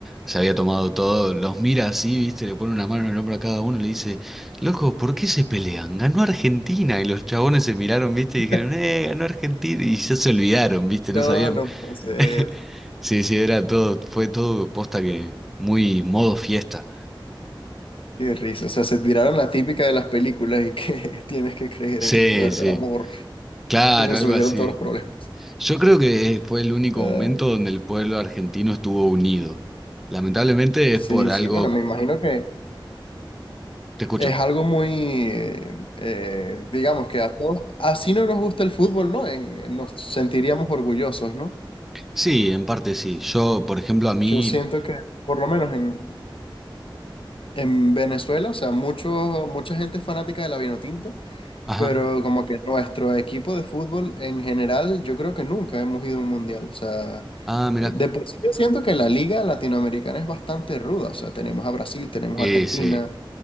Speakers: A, in the centre; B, on the left (about 80°).
A: se había tomado todo, los mira así, viste, le pone una mano en el hombro a cada uno y le dice, loco, ¿por qué se pelean? Ganó Argentina y los chabones se miraron, viste,
B: <laughs>
A: y dijeron, eh, ganó Argentina y ya se olvidaron, viste, no
B: No,
A: sabían.
B: no puede ser.
A: <laughs> Sí, sí, era todo, fue todo posta que muy modo fiesta.
B: Qué risa, o sea, se tiraron la típica de las películas y que <laughs> tienes que creer
A: Sí,
B: en el poder
A: sí.
B: del amor
A: Claro,
B: y resolvieron
A: algo así.
B: todos los problemas.
A: Yo creo que fue el único
B: Eh,
A: momento donde el pueblo argentino estuvo unido. Lamentablemente
B: sí,
A: es por algo...
B: sí, bueno, me imagino que
A: Te escucho.
B: es algo muy, eh, eh, digamos que a todos, así no nos gusta el fútbol, ¿no? En- nos sentiríamos orgullosos, ¿no?
A: Sí, en parte sí. Yo, por ejemplo, a mí...
B: Yo siento que, por lo menos en, en Venezuela, o sea, mucho, mucha gente es fanática de la vinotinto
A: Ajá.
B: Pero como que nuestro equipo de fútbol en general, yo creo que nunca hemos ido a un mundial. O sea,
A: Ah, mirá.
B: eh, de por sí yo siento que la liga latinoamericana es bastante ruda. O sea, tenemos a Brasil, tenemos
A: Eh,
B: a Argentina,
A: sí,